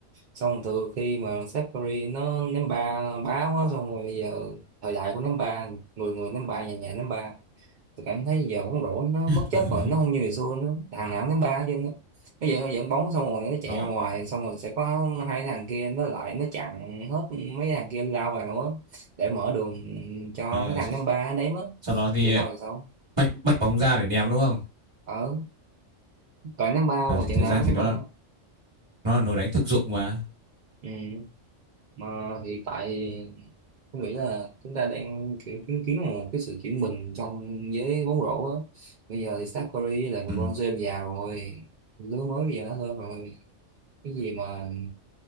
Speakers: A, on the right; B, on the right.
A: xong từ khi mà Seth Curry nó ném ba báo á xong rồi bây giờ thời đại của ném ba người người ném ba nhà nhà ném ba tôi cảm thấy giờ bóng rổ nó
B: <laughs>
A: bất chấp rồi nó không như ngày xưa nữa thằng nào cũng đánh ba chứ bây giờ nó dẫn bóng xong rồi nó chạy
B: nó
A: ra ngoài xong rồi sẽ có hai thằng kia nó lại nó chặn hết mấy thằng kia lao vào á để mở đường cho
B: ờ,
A: cái thằng
B: sau,
A: ném ba nó ném á
B: sau đó thì
A: vậy
B: ờ,
A: thôi là sao
B: bách bách bóng ra để ném đúng không
A: ở toàn ném ba
B: Ờ,
A: mà
B: thì
A: trận
B: thực
A: nào
B: ra
A: cũng
B: thì
A: ném
B: nó
A: ba
B: là nó là nồi đánh thực dụng mà
A: ừ. mà hiện tại tôi nghĩ là chúng ta đang kiểu chứng kiến một cái sự chuyển mình trong giới bóng rổ á bây giờ thì Steph Curry là LeBron
B: ừ.
A: James già rồi lứa mới bây giờ nó lên rồi cái gì mà